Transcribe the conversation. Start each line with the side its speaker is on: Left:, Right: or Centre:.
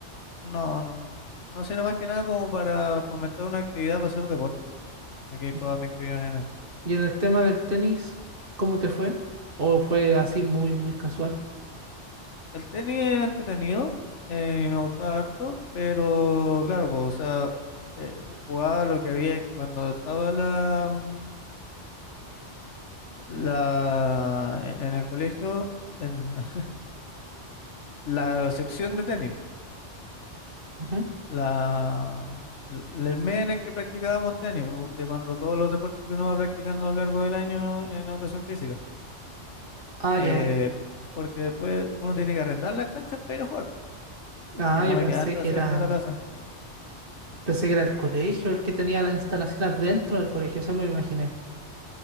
Left: No, no. No, sería más que nada como para fomentar una actividad para hacer deporte. Ok,
Right: ¿Y,
Left: puedo me inclinar en eso.
Right: y en el tema del tenis, cómo te fue? ¿O fue así muy, muy casual?
Left: El tenis es entretenido, eh, y me gustaba harto, pero claro, pues, o sea, eh, jugaba lo que había cuando estaba la, mm, la en el colegio, en <laughs> la sección de tenis,
Right: Ujú.
Left: la, l- el mes en el que practicábamos tenis, pu, de cuando todos los deportes que uno va practicando a lo largo del año en educación física,
Right: Ah,
Left: eh,
Right: ya. ya.
Left: porque después uno tiene que arrendar las canchas para ir a jugar,
Right: Ah,
Left: y no
Right: yo
Left: me
Right: pensé
Left: quedaban tan
Right: que
Left: cerca
Right: era
Left: de la casa.
Right: Pensé que era el colegio el que tenía las instalaciones dentro del colegio, eso me imaginé.